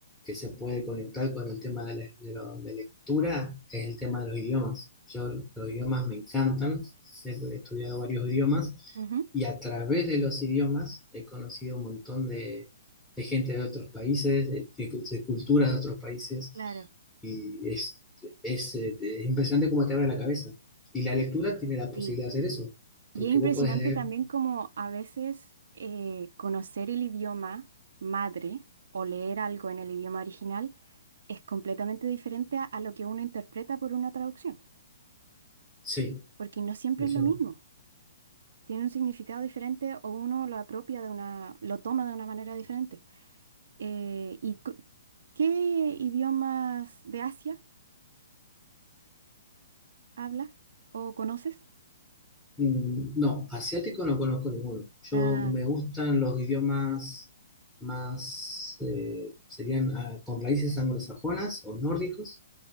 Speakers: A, in the centre; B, on the right.
A: se puede conectar con el tema de, la- de lo- de lectura es el tema de los idiomas. Yo los idiomas me encantan, he estudiado varios idiomas
B: Ujú,
A: y a través de los idiomas he conocido un montón de, de gente de otros países, de, de- de culturas de otros países
B: Claro.
A: y es, es, eh, es impresionante cómo te abre la cabeza. Y la lectura tiene la posibilidad
B: Sí.
A: de hacer eso, porque
B: Y es impresionante
A: vos podés leer,
B: también como a veces eh, conocer el idioma madre o leer algo en el idioma original es completamente diferente a, a lo que uno interpreta por una traducción,
A: sí,
B: porque no siempre
A: eso.
B: es lo mismo. Tiene un significado diferente o uno lo apropia de una, lo toma de una manera diferente. Eh, ¿y cu- qué idiomas de Asia hablas o conoces?
A: Mm, No, asiático no conozco ninguno. Yo
B: Ah,
A: me gustan los idiomas más, eh, serían ah, con raíces anglosajonas o nórdicos.